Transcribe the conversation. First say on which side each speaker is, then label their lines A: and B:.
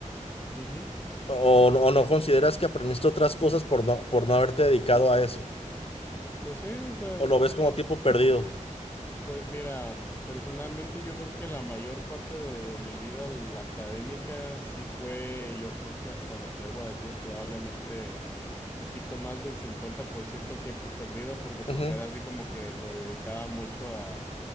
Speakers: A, on the left; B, on the left.
A: ujú.
B: O, no- o no consideras que aprendiste otras cosas por no, por no haberte dedicado a eso,
A: Pues sí, o sea,
B: o
A: o-
B: lo ves como tiempo perdido.
A: Pues mira, personalmente yo creo que la mayor parte de, de mi vida, la académica, sí fue, yo creo que hasta me atrevo a decir probablemente poquito más del 50% tiempo perdido, porque pues
B: Ujú,
A: era así como que lo dedicaba mucho a,